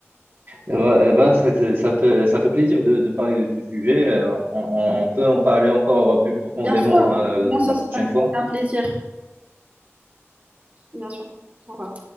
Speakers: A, on the right; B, on the right.
A: Eh ben, eh ben, ça, ça- ça fait, ça fait plaisir de, de parler de ce sujet. Euh, on, on peut en parler encore plus profondément
B: Bien sûr,
A: euh,
B: bien sûr,
A: la prochaine
B: c'est un,
A: fois.
B: un plaisir. Bien sûr. Au revoir.